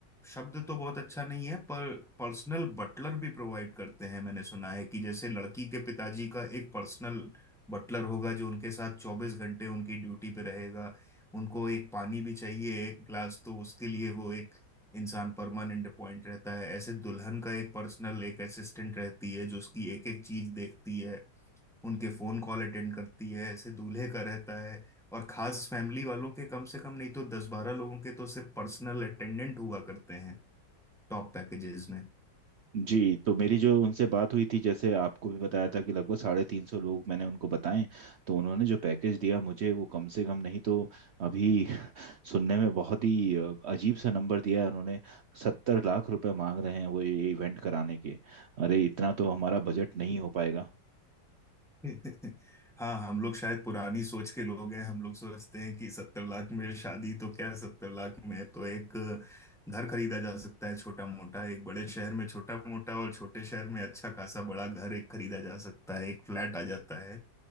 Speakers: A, in the centre; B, on the right.
A: शब्द तो बहुत अच्छा नहीं है पर पर्सनल बटलर भी प्रोवाइड करते हैं मैंने सुना है कि जैसे लड़की के पिताजी का एक पर्सनल बटलर होगा जो उनके साथ चौबीस घंटे उनकी ड्यूटी पे रहेगा उनको एक पानी भी चाहिए एक ग्लास तो उसके लिए वो एक इंसान परमानेंट अपॉइंट रहता है ऐसे दुल्हन का एक पर्सनल एक असिस्टेंट रहती है जो उसकी एक एक चीज देखती है उनके फोन कॉल अटेंड करती है ऐसे दूल्हे का रहता है और खास फैमिली वालों के कम से कम नहीं तो दस बारह लोगों के तो सिर्फ पर्सनल अटेंडेंट हुआ करते हैं टॉप पैकेजेस में
B: जी तो मेरी जो उनसे बात हुई थी जैसे आपको भी बताया था कि लगभग साढ़े तीन सौ लोग मैंने उनको बताएं तो उन्होंने जो पैकेज दिया मुझे वो कम से कम नहीं तो अभी सुनने में बहुत ही अ, अजीब सा नंबर दिया है उन्होंने सत्तर लाख रुपए मांग रहे हैं वो ये इवेंट कराने के अरे इतना तो हमारा बजट नहीं हो पाएगा
A: <laughs> हाँ हम लोग शायद पुरानी सोच के लोग हैं हम लोग सोचते हैं कि सत्तर लाख में शादी तो क्या सत्तर लाख में तो एक घर खरीदा जा सकता है छोटा मोटा एक बड़े शहर में छोटा मोटा और छोटे शहर में अच्छा खासा बड़ा घर एक खरीदा जा सकता है एक फ्लैट आ जाता